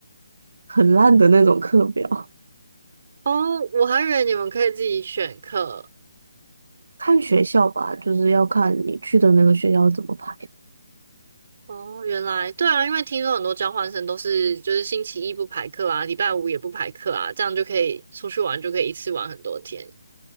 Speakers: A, on the right; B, on the right.
A: <laughs>，很烂的那种课表。
B: 哦，我还以为你们可以自己选课。
A: 看学校吧，就是要看你去的那个学校怎么排。
B: 哦，原来对啊，因为听说很多交换生都是就是星期一不排课啊，礼拜五也不排课啊，这样就可以出去玩，就可以一次玩很多天。